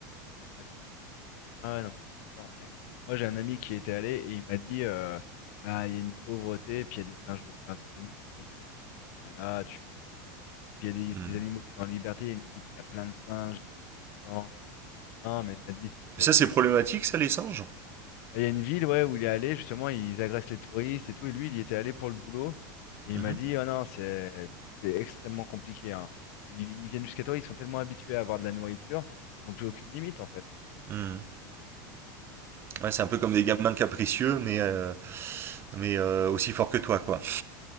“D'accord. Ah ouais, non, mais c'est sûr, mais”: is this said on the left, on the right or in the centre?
Left